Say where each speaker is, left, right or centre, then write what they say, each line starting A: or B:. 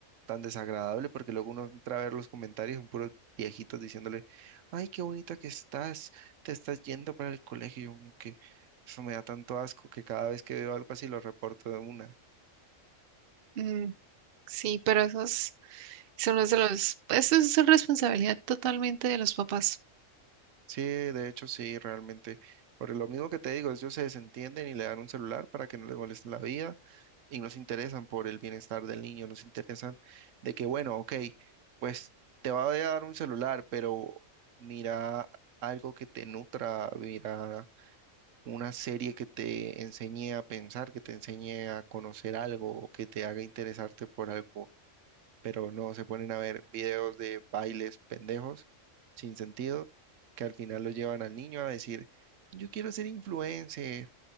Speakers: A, on the right; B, on the right.
A: tan desagradable porque luego uno entra a ver los comentarios, son puros viejitos diciéndole, ay, qué bonita que estás, te estás yendo para el colegio, y yo como que eso me da tanto asco que cada vez que veo algo así lo reporto de una.
B: mm, sí, pero esos son los de los, eso es responsabilidad totalmente de los papás.
A: Sí, de hecho sí, realmente. Por lo mismo que te digo, ellos se desentienden y le dan un celular para que no les moleste la vida y no se interesan por el bienestar del niño, no se interesan de que, bueno, ok, pues te va a dar un celular, pero mira algo que te nutra, mira una serie que te enseñe a pensar, que te enseñe a conocer algo, o que te haga interesarte por algo pero no se ponen a ver videos de bailes pendejos sin sentido que al final lo llevan al niño a decir, yo quiero ser influencer,